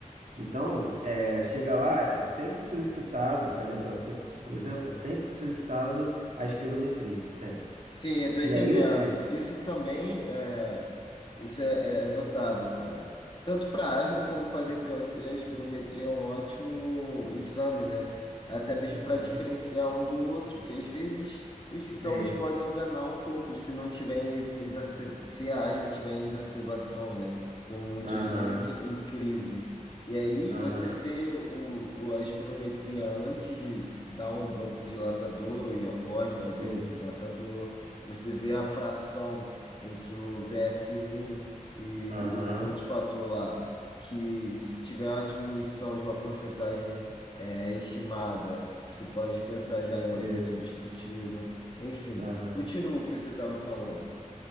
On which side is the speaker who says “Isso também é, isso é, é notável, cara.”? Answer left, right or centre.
Left